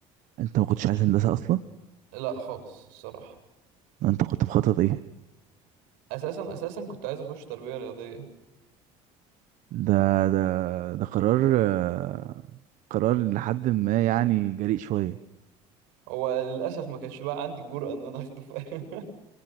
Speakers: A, on the right; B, on the right.
A: انت ما كنتش عايز هندسة اصلا
B: لا خالص الصراحه
A: انت كنت مخطط ايه
B: اساسا اساسا كنت عايز اخش تربيه رياضيه
A: ده ده ده قرار آه، قرار لحد ما يعني جريء شوية
B: هو للاسف ما كانش بقى عندي الجرأه ان انا اخده فاهم